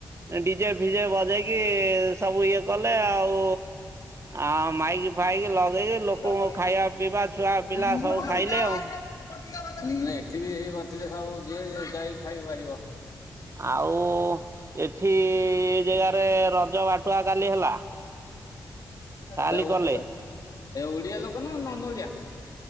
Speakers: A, on the right; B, on the left.
A: ଡିଜେ ଫିଜେ ବଜେଇକି ସବୁ ଇଏ କଲେ ଆଉ ଆଉ ମାଇକି ଫାଇକି ଲଗେଇକି ଲୋକଙ୍କୁ
B: ଲୋକ
A: ଖାଇବା ପିଇବା
B: <unintelligible> <unintelligible> <unintelligible>
A: ଛୁଆ ପିଲା ସବୁ ଖାଇଲେ ଆଉ।
B: ଏଠି ବି ହେଇ କରିଥିଲେ ସବୁ ଯିଏ ଯାଇକି ଖାଇ ପାରିବ
A: ଆଉ ଏଠି ଜାଗାରେ ରଜ ବାଟୁଆ କାଲି ହେଲା କାଲି
B: ହଁ
A: କଲେ
B: ସେ ଓ ଓଡିଆ ଲୋକ ନା ନନ୍ ଓଡିଆ?